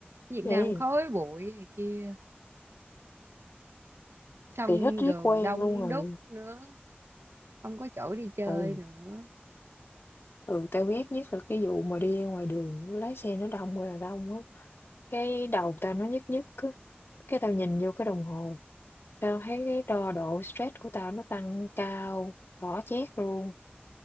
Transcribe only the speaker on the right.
Việt
Nam khói bụi này kia xong
đường
đông
đúc nữa không có chỗ đi chơi
nữa